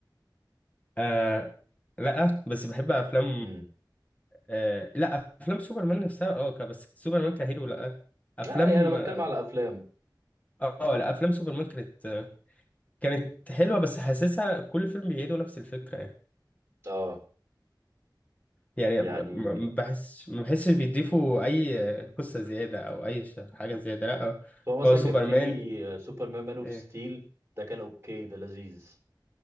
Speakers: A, on the left; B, on the right.
A: آه لا بس بحب افلام
B: امم
A: آه لا افلام سوبرمان نفسها اه ك- بس سوبرمان كهيرو لا افلام
B: لا يعني انا بتكلم
A: اه
B: على افلام
A: آه، لا افلام سوبرمان كانت كانت حلوه بس حاسسها كل فيلم بيعيدوا نفس الفكره يعني
B: اه
A: يعني
B: يعني
A: ب- ما بحس ما بحسش بيضيفوا اي قصه زياده او اي ش- حاجه زياده لا
B: فهو مثلا
A: هو سوبرمان
B: كان في آه، سوبرمان مان اوف
A: إيه،
B: ستيل ده كان اوكي ده لذيذ